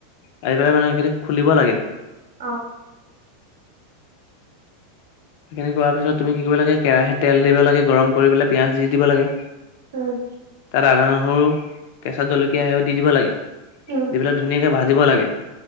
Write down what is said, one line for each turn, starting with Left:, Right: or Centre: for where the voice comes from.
Left: আহি পেলাই মানে সেইখিনি খুলিব লাগে।
Right: অ'।
Left: সেইখিনি কৰাৰ পিছত তুমি কি কৰিব লাগে, কেৰাহীত তিল দিব লাগে গৰম কৰি পেলাই পিঁয়াজ দি দিব লাগে।
Right: উম।
Left: তাত আদা, নহৰু, কেঁচা জলকীয়া সেইবোৰ দি দিব লাগে। দি
Right: উম
Left: পেলাই ধুনীয়াকে ভাজিব লাগে।